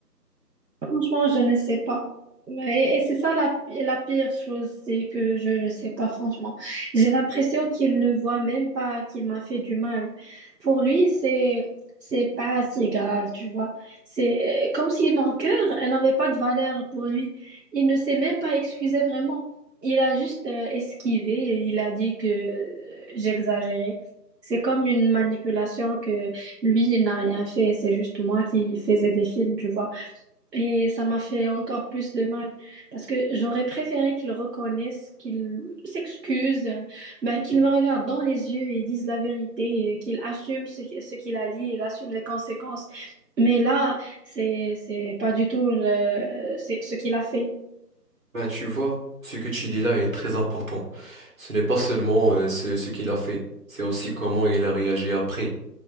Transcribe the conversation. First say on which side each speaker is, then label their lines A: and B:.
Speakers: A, on the right; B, on the right.
A: Franchement, je ne sais pas. Mais- Et, c'est ça la, la pire chose, c'est que je ne sais pas, franchement. J'ai l'impression qu'il ne voit même pas qu'il m'a fait du mal. Pour lui, c'est, c'est pas si grave, tu vois. C'est euh, comme si mon cœur, elle n'avait pas de valeur pour lui. Il ne s'est même pas excusé vraiment. Il a juste euh, esquivé et il a dit que euh, j'exagérais. C'est comme une manipulation que lui, il n'a rien fait. C'est juste moi qui faisais des films, tu vois. Et ça m'a fait encore plus de mal parce que j'aurais préféré qu'il reconnaisse, qu'il s'excuse, euh, ben, qu'il me regarde dans les yeux et dise la vérité, et qu'il assume ce, qui- ce qu'il a dit, il assume les conséquences. Mais là, c'est, c'est pas du tout le, c'est ce qu'il a fait.
B: Bah, tu vois, ce que tu dis là est très important. Ce n'est pas seulement euh, ce, ce qu'il a fait, c'est aussi comment il a réagi après.